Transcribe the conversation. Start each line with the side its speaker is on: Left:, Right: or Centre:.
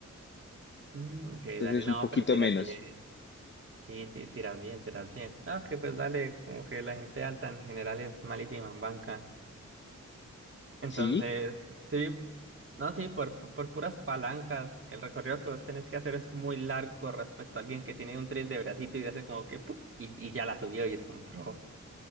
Right: Mm, ok,
Left: entonces
Right: dale. No,
Left: un poquito
Right: pero tiras
Left: menos.
Right: bien. Sí, ti- tiras bien, tiras bien. Ah, que pues dale, como que la gente alta en general es malísima en banca. Entonces,
Left: Sí,
Right: sí, no, sí, por, por por puras palancas, el recorrido que vos tenés que hacer es muy largo respecto a alguien que tiene un 3 de bracito y hace como que, ¡pup! y, y ya la subió y es como, bro,